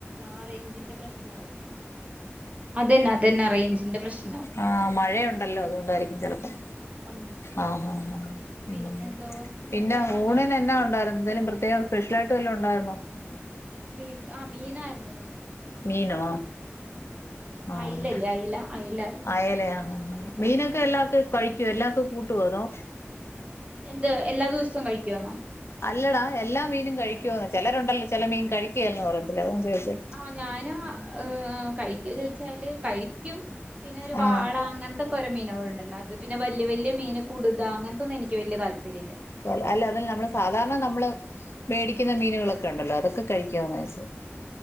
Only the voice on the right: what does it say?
ആഹ് റേഞ്ചിന്റെ പ്രശ്നാവും. അതന്നെ അതന്നെ റേഞ്ചിന്റെ പ്രശ്നം
ഉം
പിന്നെന്തോ എന്തോ
പറ ആ
ഞാന്
വീ ആഹ് മീനായിരുന്നു ഇന്ന്.
അയിലല്ലേ അയില അയിലായിരുന്നു
ഉം
എന്ത് എല്ലാ ദിവസവും കഴിക്കോന്നോ?
ആഹ് ഞാന് ഏഹ് കഴിയ്ക്കോ ചോയ്ച്ചാല് കഴിക്ക്യും പിന്നൊരു
വാള അങ്ങൻത്തെ ക്കോരോ മീനേള്ണ്ടല്ലോ അത് പിന്നെ വല്യ വല്യ മീന് കുട്താ അങ്ങനത്തൊന്നും എനിയ്ക്ക് വല്യ താല്പര്യല്ല
ഉം